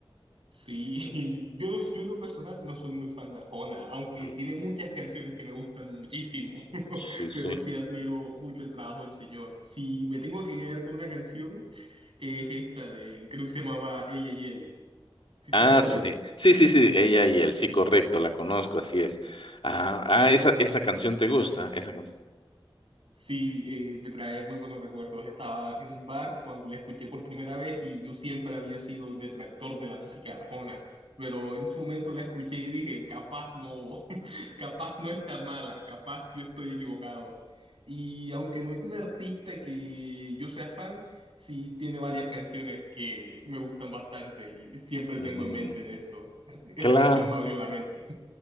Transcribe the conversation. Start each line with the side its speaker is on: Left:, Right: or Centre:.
Right: Sí, yo, no- yo en lo personal no soy muy fan de Arjona, aunque
Left: Ujú.
Right: tiene muchas canciones que me gustan muchísimo, <laughs>
Left: Sí,
Right: pero
Left: sí.
Right: sí admiro mucho el trabajo del señor. Si me tengo que quedar con una canción, es esta de, creo que se llamaba Ella y él. ¿Sí sabes
Left: Ah,
Right: cuál
Left: sí,
Right: es?
Left: sí, sí, sí, sí, ella y él, sí, correcto, la conozco, así es. Ah, ah, esa, esa canción te gusta, esa canción.
Right: Sí, eh, me trae muy buenos recuerdos. Estaba en un bar cuando la escuché por primera vez y yo siempre había sido detractor de la música arjona, pero en ese momento la escuché y dije, capaz no, <laughs> capaz no está mala, capaz yo estoy equivocado. Y aunque no es un artista que yo sea fan, sí tiene varias canciones que me gustan bastante y siempre tengo
Left: Mm,
Right: en mente de eso. Esa
Left: claro.
Right: canción me abrió la mente.